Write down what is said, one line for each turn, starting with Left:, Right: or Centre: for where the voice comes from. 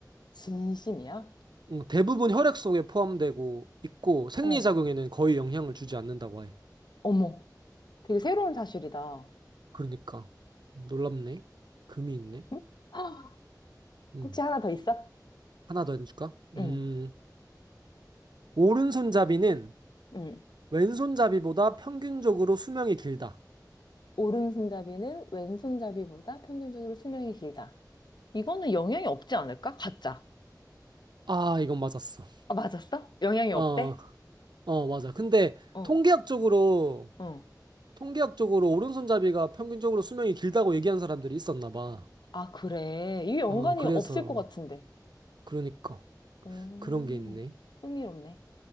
Left: 진심이야?
Right: 음, 대부분 혈액 속에 포함되고 있고 생리작용에는
Left: 어,
Right: 거의 영향을 주지 않는다고 해.
Left: 어머, 되게 새로운 사실이다.
Right: 그러니까 음, 놀랍네. 금이 있네.
Left: 응? <gasps> 헉,
Right: 음,
Left: 혹시 하나 더 있어?
Right: 하나 더 해줄까?
Left: 응,
Right: 음, 오른손잡이는
Left: 응.
Right: 왼손잡이보다 평균적으로 수명이 길다.
Left: 오른손잡이는 왼손잡이보다 평균적으로 수명이 길다. 이거는 영향이 없지 않을까? 가짜.
Right: 아, 이건 맞았어.
Left: 아, 맞았어? 영향이 없대?
Right: 어, 어, 맞아. 근데
Left: 어,
Right: 통계학적으로
Left: 어.
Right: 통계학적으로 오른손잡이가 평균적으로 수명이 길다고 얘기한 사람들이 있었나 봐.
Left: 아, 그래. 이게 연관이
Right: 어, 그래서
Left: 없을 것 같은데.
Right: 그러니까
Left: 오,
Right: 그런 게 있네.
Left: 흥미롭네.